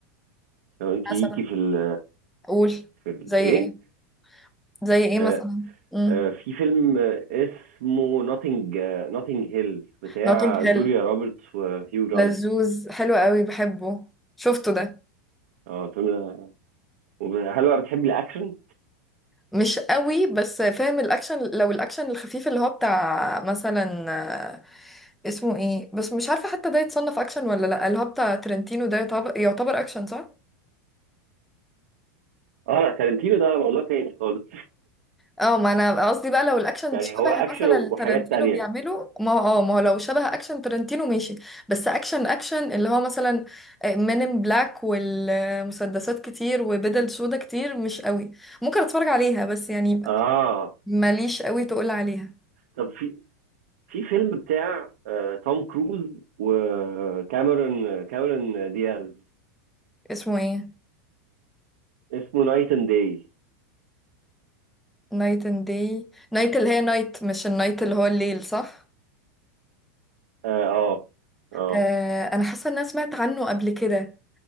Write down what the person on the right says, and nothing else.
لو انت
ليكي في ال
في ال
ايه
آه
آه في فيلم آه، اسمه نوتنج نوتنج هيل بتاع
جوليا
روبرتس وهيو جرانت
اه الفيلم ده وب- هل بقى بتحبي الاكشن؟
اه لا تارنتينو ده موضوع تاني خالص
يعني
هو اكشن
وحاجات
تانية
اه
طب في في فيلم بتاع آه توم كروز وكاميرون كاميرون دياز
اسمه نايت اند داي
اه اه آه.